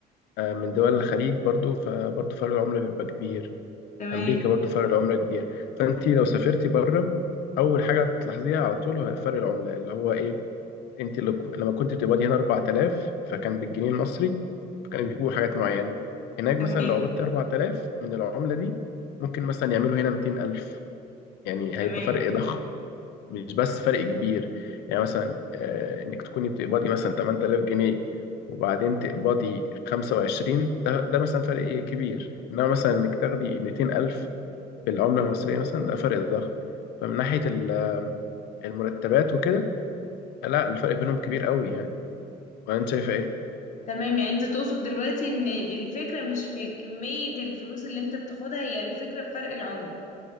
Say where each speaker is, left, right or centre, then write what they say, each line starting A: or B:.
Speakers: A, on the left (about 80°); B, on the left (about 45°).
A: آه من دول الخليج برضو فبرضو فرق العملة بيبقى كبير
B: تمام
A: امريكا برضو فرق العمله كبير فانت لو سافرتي بره اول حاجه هتلاحظيها على طول هو فرق العمله اللي هو ايه انت لو- لما كنت بتقبضي هنا 4000 فكان بالجنيه المصري فكانوا بيجيبوا حاجات معينه هناك
B: تمام
A: مثلا لو قبضت 4000 من العمله دي ممكن مثلا يعملوا هنا 200000 يعني
B: تمام
A: هيبقى فرق ضخم مش بس فرق كبير يعني مثلا آه، انك تكوني بتقبضي مثلا 8000 جنيه وبعدين تقبضي 25 ده ده مثلا فرق إيه كبير انما مثلا انك تاخدي 200000 بالعملة المصرية مثلا ده فرق ضخم فمن ناحية ال- المرتبات وكده لا الفرق بينهم كبير قوي يعني ولا انت شايفة ايه
B: تمام يعني انت تقصد دلوقتي ان الفكرة مش في كمية الفلوس اللي انت بتاخدها هي الفكرة في فرق العملة